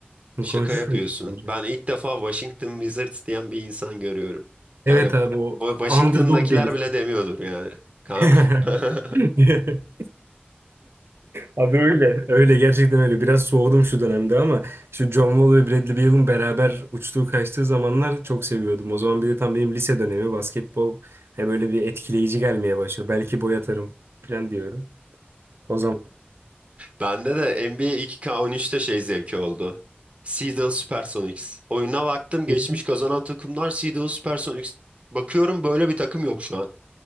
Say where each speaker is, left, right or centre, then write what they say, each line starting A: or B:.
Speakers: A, on the right (about 35°); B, on the right (about 80°).
A: Şaka
B: Konuşmuş
A: yapıyorsun.
B: muyduk bence?
A: Ben ilk defa Washington Wizards diyen bir insan görüyorum.
B: Evet
A: Yani
B: abi o
A: bu Washington'dakiler
B: underdog deli.
A: bile demiyordur yani. Kaan'ım.
B: <laughs>
A: <laughs>
B: Abi öyle. Öyle gerçekten öyle. Biraz soğudum şu dönemde ama şu John Wall ve Bradley Beal'ın beraber uçtuğu kaçtığı zamanlar çok seviyordum. O zaman bir de tam benim lise dönemi basketbol he böyle bir etkileyici gelmeye başlıyor. Belki boy atarım falan diyorum. O zaman
A: Bende de NBA 2K13'te şey zevki oldu. Seattle Supersonics. Oyuna baktım
B: <laughs>
A: geçmiş kazanan takımlar Seattle Supersonics. Bakıyorum böyle bir takım yok şu an.